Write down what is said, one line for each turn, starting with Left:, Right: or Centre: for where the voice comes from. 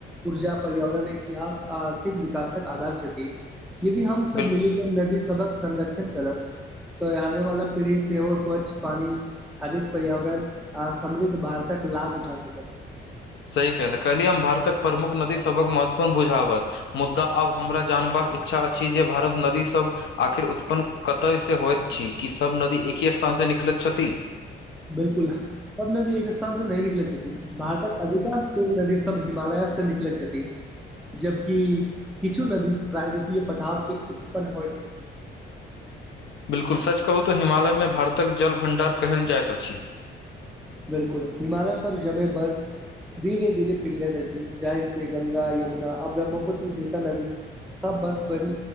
Centre: ऊर्जा पर्यावरण इतिहास आ आर्थिक विकासक आधार छति यदि हम सब
Left: बिल
Centre: मिलिक नदी सबक संरक्षण करब तऽ आने वाला पीढ़ी सेहो स्वच्छ पानी हरित पर्यावरण आ समृद्ध भारतक लाभ उठा सकत
Left: सही कहले कहली हम भारतक प्रमुख नदी सबक महत्वपूर्ण बुझावत मुद्दा आब हमरा जानबाक इच्छा अछि जे भारत नदीसभ आखिर उत्पन्न कतय से होइत छी कि सभ नदी एक ही स्थान से निकलैत छथि
Centre: बिलकुल सब नदी एक स्थान से नहि निकलै छथिन भारतक अधिकांश नदी सब हिमालय से निकलै छथि जबकि किछु नदी प्रायदीपीय पठार से उत्पन्न होइत छथि
Left: बिल्कुल सच कहू तऽ हिमालयमे भारतक जल भण्डार कहल जाइत अछि
Centre: बिलकुल हिमालय पर जमै बर्फ धीरे धीरे पिघलेत अछी जाहि सेे गंगा यमुना आ ब्रह्मपुत्र जेका नदी सब वर्ष भरि